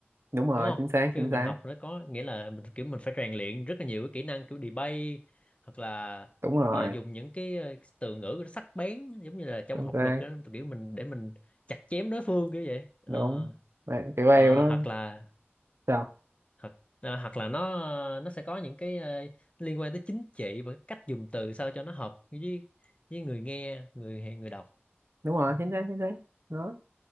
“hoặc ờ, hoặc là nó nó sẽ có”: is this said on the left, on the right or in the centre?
Left